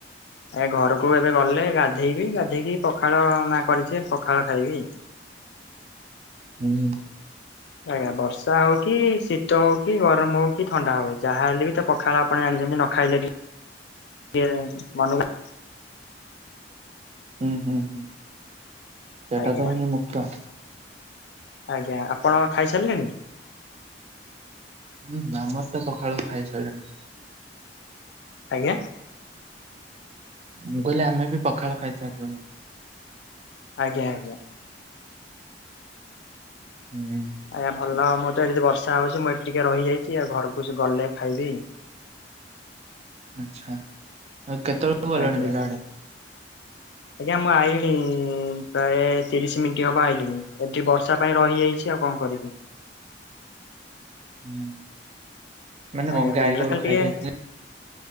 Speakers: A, on the left; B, on the right.
A: ଏ ଘରକୁ ଏବେ ଗଲେ ଗାଧେଇବି ଗାଧେଇକି ପଖାଳ ମା କରିଛି ପଖାଳ ଖାଇବି।
B: ହୁଁ ହୁଁ।
A: ଆଜ୍ଞା ବର୍ଷା ହଉ କି ଶୀତ ଶୀତ ହଉ କି ଗରମ ହଉ କି ଥଣ୍ଡା ହଉ ଯାହାହଲେ ବି ତ ପଖାଳ ଆପଣ ଜାଣିଛନ୍ତି ନ ଖାଇଲେ ଟିକେ କିଏ ମନକୁ ଲା
B: ହୁଁ ହୁଁ ହୁଁ ସେଟା
A: ଆଜ୍ଞା
B: ତ ହଉନି ମୁଖ୍ୟ।
A: ଆଜ୍ଞା ଆପଣ ଖାଇସାରିଲେଣି।
B: ହୁଁ ଆମର ତ ପଖାଳୁ ଖାଇ ସାରିଲୁଣି।
A: ଆଜ୍ଞା।
B: ମୁଁ କହିଲି ଆମେ ବି ପଖାଳ ଖାଇଥିଲୁ।
A: ଆଜ୍ଞା ଆଜ୍ଞା।
B: ହୁଁ
A: ଆଜ୍ଞା ଭଲ ମୁଁ ତ ଏଠି ବର୍ଷା ହଉଛି ମୁଁ ଏଠି ଟିକେ ରହିଯାଇଛି ଆଉ ଘରକୁ ଗଲେ ଖାଇବି।
B: ଆଛା ଆଉ କେତେବେଳକୁ ଗଲେଣି
A: ଆଜ୍ଞା
B: ପିଲା ଆଡ଼େ।
A: ଆଜ୍ଞା ମୁଁ ଆଇଣି ପ୍ରାୟ ତିରିଶ ମିନିଟ୍ ହବ ଆଇଲିଣି ଏଠି ବର୍ଷା ପାଇଁ ରହିଯାଇଛି। ଆଉ କଣ କରିବି?
B: ହଁ ମାନେ
A: ଆଜ୍ଞା
B: କଣ ଗାଈ
A: ବିଲରେ
B: ଗୋରୁ
A: ଖାଲି
B: ଖାଇ
A: ଟିକେ
B: ଦଉଛନ୍ତି।